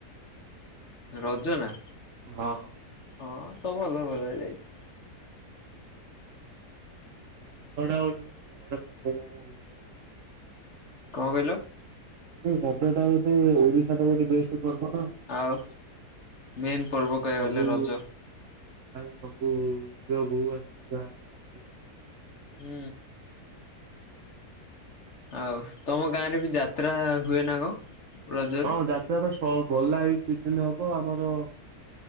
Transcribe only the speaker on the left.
ରଜ ନା
ହଁ ସବୁ ଭଲରେ ଭଲରେ ଯାଇଛି।
କଣ କହିଲ?
ଆଉ ମେନ୍ ପର୍ବ କହିବାକୁ
ଗଲେ ରଜ।
ହୁଁ। ଆଉ ତମ ଗାଁରେ ବି ଯାତ୍ରା ହୁଏ ନା କଣ? ରଜରେ